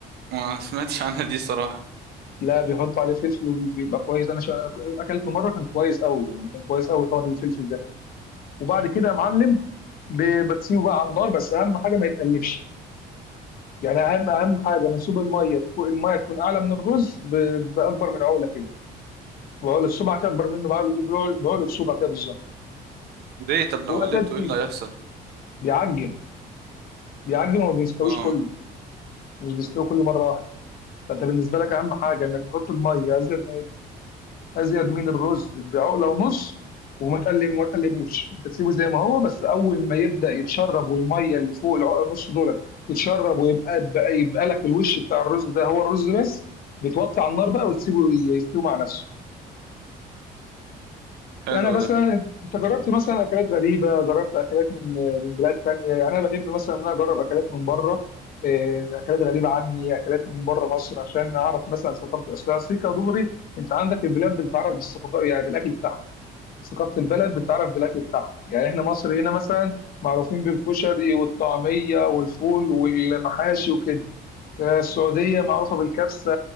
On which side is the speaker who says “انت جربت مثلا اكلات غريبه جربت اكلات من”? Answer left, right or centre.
Left